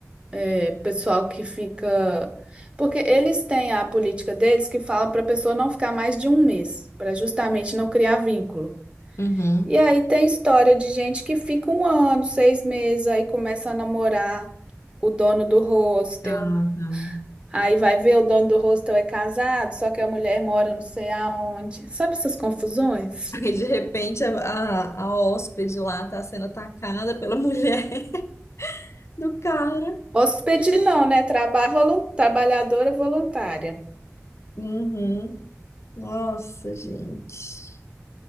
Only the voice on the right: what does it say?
É, pessoal que fica. Porque eles têm a política deles que fala para a pessoa não ficar mais de um mês, para justamente não criar vínculo.
E aí tem história de gente que fica um ano, seis meses, aí começa a namorar o dono do hostel.
Aí vai ver, o dono do hostel é casado, só que a mulher mora não sei aonde. Sabe essas confusões?
Hóspede não, né? Trabalho volun... Trabalhadora voluntária.